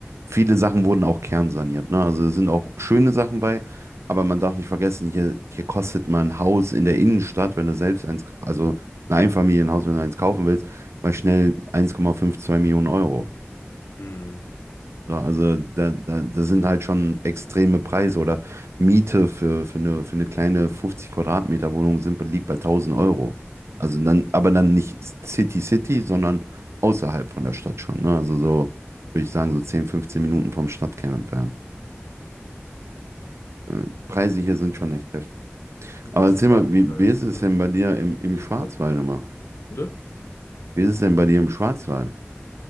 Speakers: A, on the right; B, on the left.
A: viele Sachen wurden auch kernsaniert. Ne? Also es sind auch schöne Sachen bei, aber man darf nicht vergessen, hier, hier kostet mal ein Haus in der Innenstadt, wenn du selbst eins, also ein Einfamilienhaus, wenn du eins kaufen willst, mal schnell 1,5, 2 Millionen Euro.
B: Hm.
A: So, also da, da, das sind halt schon extreme Preise oder Miete für, für eine, für eine kleine 50 Quadratmeter Wohnung sind, liegt bei 1000 Euro. Also dann, aber dann nicht City City, sondern außerhalb von der Stadt schon. Ne? Also so, würde ich sagen, so 10, 15 Minuten vom Stadtkern entfernt. Äh, Die Preise hier sind schon echt heftig.
B: Was
A: Aber
B: ist
A: erzähl mal,
B: denn
A: wie,
B: da
A: wie
B: in
A: ist
B: Köln? Ist
A: es
B: das,
A: denn bei dir im, im Schwarzwald
B: ist das,
A: immer?
B: bitte?
A: Wie ist es denn bei dir im Schwarzwald?